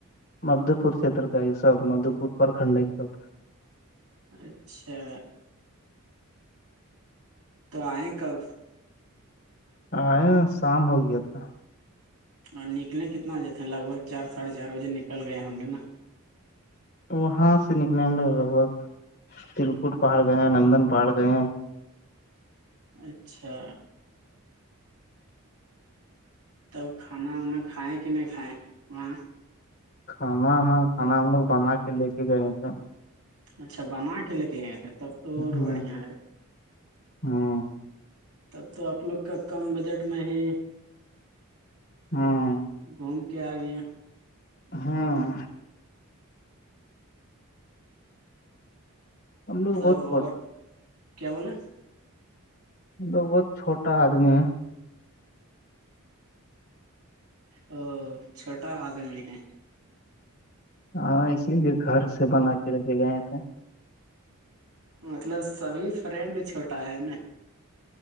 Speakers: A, on the left; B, on the right.
A: مدھو پور چھیتر کا ایک سب مدھو پور پرکھنڈ ایک سب
B: اچھا تو آئ کب
A: ہ شام ہو گیا تھا
B: اور نکلیں کتنا بجے تھے لگ بھگ چار ساڑھے چار بجے نکل گئے ہوں گے نا
A: وہاں سے نکل ہم لے لگ بھگ تلکٹ پاڑ گئے ہیں نندن پہاڑ گئے ہیں
B: اچھا تب کھانا وانا کھیں کہ نہیں کھائے وہاں
A: کھانا ہاں کھانا ہم لوگ بنا کے لے کے گئے تھے
B: اچھا بنا کے لے کے گئے تھے تب تو
A: ہوں
B: اور بڑھیا ہے
A: ہوں
B: تب تو آپ لوگ کا کم بجٹ میں ہی
A: ہاں
B: گھوم کے آگیا
A: ہاں ہم لوگ
B: تب
A: بہت چھوٹ
B: اور کیا بولیں
A: مطلب بہت چھوٹا آدمی ہے
B: او چھوٹا آدمی ہے
A: ہاں اسی لیے گھر سے بنا کے لے کے گئے تھے
B: مطلب سبھی فرینڈ چھوٹا ہے نا